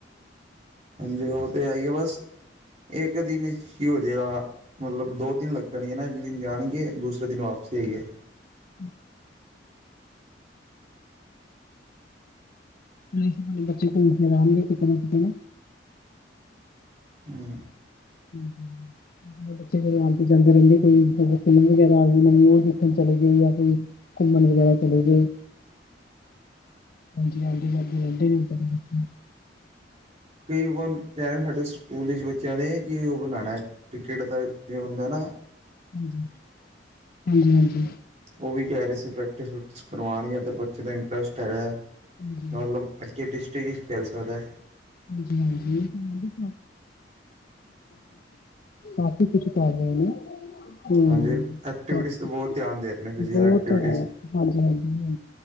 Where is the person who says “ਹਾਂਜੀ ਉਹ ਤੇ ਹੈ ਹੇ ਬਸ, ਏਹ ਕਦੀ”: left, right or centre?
Right